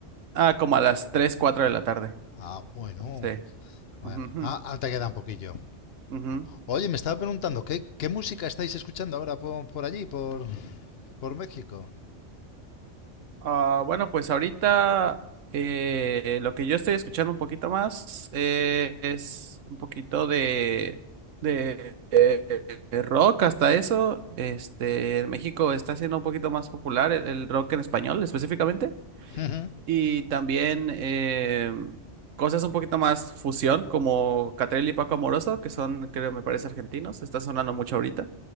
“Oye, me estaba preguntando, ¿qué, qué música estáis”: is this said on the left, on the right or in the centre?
Left